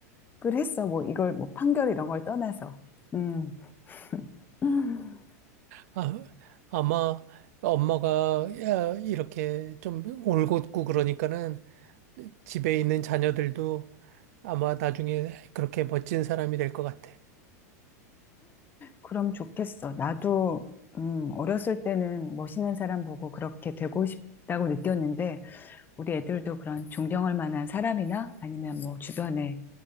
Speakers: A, on the left (about 20°); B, on the right (about 65°).
A: 그랬어. 뭐 이걸 뭐 판결 이런 걸 떠나서. 음. <laughs> 음,
B: 아, 아마 엄마가 야, 이렇게 좀 올곧고 그러니까는 집에 있는 자녀들도 아마 나중에 그렇게 멋진 사람이 될 것 같아.
A: 그럼 좋겠어. 나도 음, 어렸을 때는 멋있는 사람 보고 그렇게 되고 싶다고 느꼈는데 우리 애들도 그런 존경할 만한 사람이나 아니면 뭐 주변에